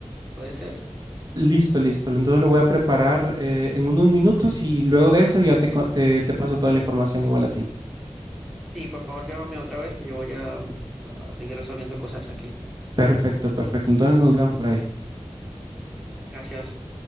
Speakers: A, in the centre; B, on the right.
A: ¿puede ser?
B: Listo, listo. Entonces lo voy a preparar eh, en unos minutos y luego de eso ya te, co- te, te paso toda la información igual a ti.
A: Sí, por favor, llámame otra vez que yo voy a, a a seguir resolviendo cosas aquí.
B: Perfecto, perfecto. Entonces nos vemos por ahí.
A: Gracias.